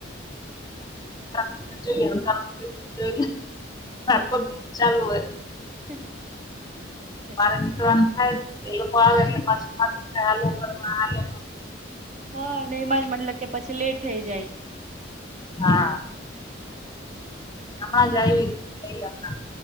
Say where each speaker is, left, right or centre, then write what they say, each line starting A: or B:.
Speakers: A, on the left; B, on the right.
A: તો જોઈએ કાર <unintelligible> આખો ચાલુ હોય
B: <inaudible> છે
A: બાર નીકળવાનું થાય એ લોકો આવે એટલે પાછાલ <unintelligible>
B: હા નેયમાં જ મતલબ કે પછી લેટ થઇ જાય.
A: હા સમાજ આવી ગઈ હમણાં